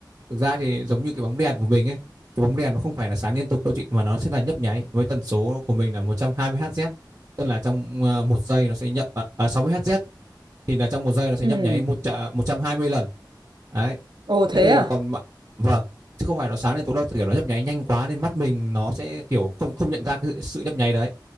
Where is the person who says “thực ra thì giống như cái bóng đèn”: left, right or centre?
Right